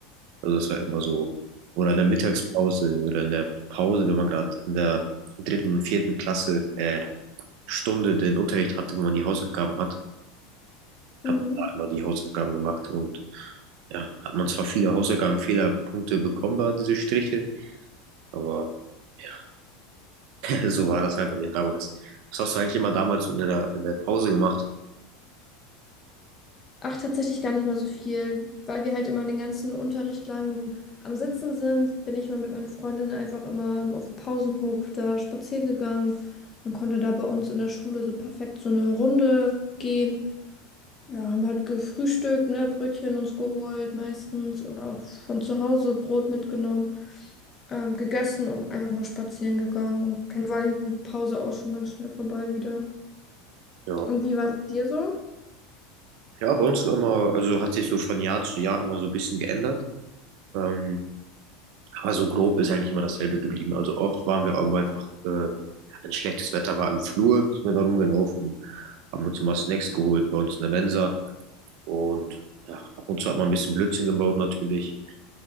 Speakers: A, on the right (about 45°); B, on the left (about 15°).
A: Also das war immer so. Oder in der Mittagspause oder in der Pause, wenn man gerade in der dritten und vierten Klasse äh, Stunde den Unterricht hatte, wo man die Hausaufgaben hat,
B: Mhm.
A: hat man da immer die Hausaufgaben gemacht und ja, hat man zwar viele Hausaufgaben, Fehlerpunkte bekommen da, diese Striche, aber ja, so war das halt bei mir damals. Was hast du eigentlich immer damals so in der, in der Pause gemacht?
B: Ach, tatsächlich gar nicht mal so viel, weil wir halt immer den ganzen Unterricht lang am Sitzen sind, bin ich mal mit meinen Freundinnen einfach immer auf dem Pausenhof da spazieren gegangen. Man konnte da bei uns in der Schule so perfekt so eine Runde gehen. Ja, haben halt gefrühstückt, ne, Brötchen uns geholt meistens oder auch von zu Hause Brot mitgenommen, ähm, gegessen und einfach nur spazieren gegangen. Und dann war die Pause auch schon ganz schnell vorbei wieder.
A: Ja.
B: Und wie war es dir so?
A: Ja, bei uns ist immer, also hat sich so von Jahr zu Jahr immer so ein bisschen geändert. Ähm, aber so grob ist eigentlich immer dasselbe geblieben. Also oft waren wir auch immer einfach, äh, wenn schlechtes Wetter war im Flur, sind wir da rumgelaufen, haben uns immer Snacks geholt bei uns in der Mensa und ja, ab und zu hat man ein bisschen Blödsinn gebaut natürlich.